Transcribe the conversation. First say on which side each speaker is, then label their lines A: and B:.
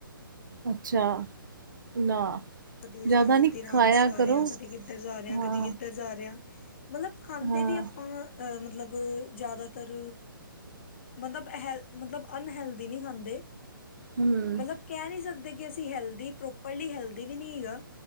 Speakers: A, on the right; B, on the left.
A: ਅੱਛਾ, ਨਾ
B: ਕਦੀ ਅਸੀ
A: ਜ਼ਿਆਦਾ
B: ਹਲਦੀਰਾਮਸ
A: ਨਹੀਂ ਖਾਇਆ
B: ਜਾ
A: ਕਰੋ
B: ਰੇ ਆ, ਕਦੀ ਕਿੱਧਰ ਜਾਰੇ ਆ,
A: ਹਾਂ
B: ਕਦੀ ਕਿੱਧਰ ਜਾਰੇ ਆ। ਮਤਲਬ ਖਾਂਦੇ
A: ਹਾਂ
B: ਵੀ ਆਪਾਂ ਅ ਮਤਲਬ ਜਾਦਾਤਰ ਮਤਲਬ ਹੈਲਥ, ਮਤਲਬ ਅਨਹੈਲਦੀ ਨੀ ਖਾਂਦੇ।
A: ਹਮ
B: ਮਤਲਬ ਕੈ ਨਈ ਸਕਦੇ ਕਿ ਅਸੀ ਹੈਲਦੀ ਪ੍ਰੋਪਰਲੀ ਹੈਲਦੀ ਵੀ ਨੀ ਹੈਗਾ।